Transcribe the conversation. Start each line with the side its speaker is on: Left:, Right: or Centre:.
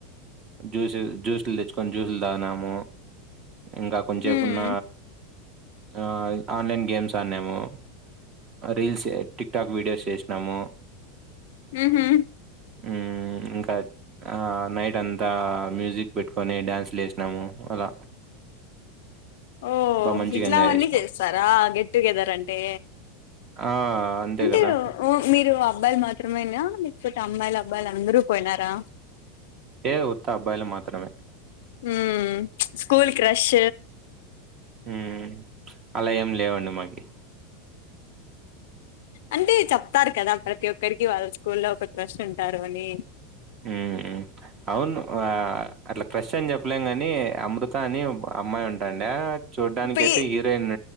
Right: జ్యూస్ జ్యూసులు తెచ్చుకొని జ్యూసులు తాగ్నాము. ఇంకా కొంచేపున్న
Left: హ్మ్
Right: ఆ ఆన్లైన్ గేమ్స్ ఆడినాము రీల్స్ టిక్ టాక్ వీడియోస్ చేసినాము
Left: ఉహు
Right: మ్మ్ ఇంకా నైట్ అంతా మ్యూజిక్ పెట్టుకొని డ్యాన్స్లు వేసినాము అలా
Left: ఓ
Right: బా మంచిగా
Left: ఇట్లావన్నీ
Right: ఎంజాయ్ చేసినాం
Left: చేస్తారా గెట్ టుగెదర్ అంటే
Right: ఆ అంతే
Left: అంటే
Right: కదా
Left: మీరు అబ్బా మా త్రమ లేకపోతే అమ్మాయిలు అబ్ లు అందరూ పోయినారా
Right: ఏదు ఉత్త అబ్బాయిల మాత్రమే
Left: ఉ స్కూల్ క్రష్
Right: ఉమ్ అలా ఏం లేవండి మాకి
Left: అంటే చెప్తారు కదా ప్రతి ఒక్కరికి వాళ్ళ స్కూల్లో ఒక క్రష్ ఉంటారు అని
Right: ఉ అవును అట్లా క్రష్ అని చెప్పలేం ని అమృత అని అమ్మాయి ఉంటాండ చూడడానినికి
Left: పి
Right: అయితే హీరోయిన్